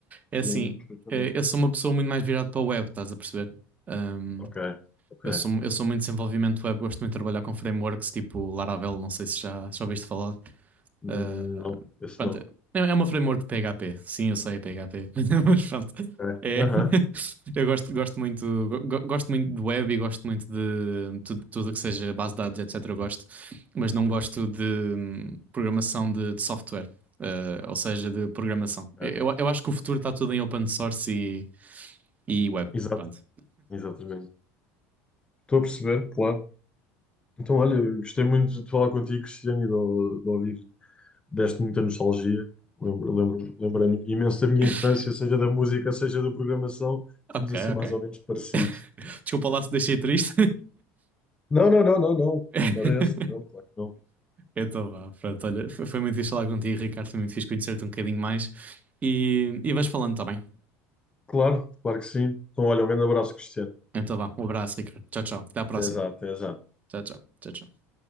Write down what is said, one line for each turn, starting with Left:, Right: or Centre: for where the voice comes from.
Right: É
Left: Lembro-me
Right: assim,
Left: perfeitamente.
Right: eh, eu sou uma pessoa muito mais virada para o web, estás a perceber? Um,
Left: Ok, ok.
Right: eu sou, eu sou muito desenvolvimento web, gosto muito de trabalhar com frameworks tipo Laravel, não sei se já, já ouviste falar.
Left: Hum,
Right: Eh,
Left: Não, esse
Right: Pronto,
Left: não.
Right: é é uma framework PHP. Sim, eu sei PHP, <laughs> mas pronto.
Left: Ok.
Right: É.
Left: Aham,
Right: <laughs> Eu gosto, gosto muito, go- go- gosto muito de web e gosto muito de tudo, tudo que seja base de dados, etc. Eu gosto, mas não gosto de hum, programação de, de software, eh, ou seja, de programação.
Left: ok.
Right: Eu, eu acho que o futuro está tudo em open source e, e web.
Left: Exato,
Right: Pronto.
Left: exatamente. Estou a perceber, claro. Então, olha, eu gostei muito de falar contigo, Cristiano, e de, de ouvir deste muita nostalgia. Lembro, lembro, lembrei-me imenso da minha
Right: <laughs>
Left: infância, seja da música, seja da programação. Estamos
Right: Ok,
Left: assim
Right: ok.
Left: mais ou menos parecidos.
Right: <laughs> Desculpa lá se deixei triste.
Left: Não, não, não, não, não.
Right: <laughs>
Left: Não era essa. Não, claro que não.
Right: Então vá, pronto, olha, foi foi muito fixe falar contigo, Ricardo, foi muito fixe conhecer-te um bocadinho mais e, e vais falando, tá bem?
Left: Claro, claro que sim. Então, olha, um grande abraço, Cristiano.
Right: Então vá, um abraço, Ricardo. Tchau, tchau. Até à próxima.
Left: Até já, até já.
Right: Tchau, tchau. Tchau, tchau.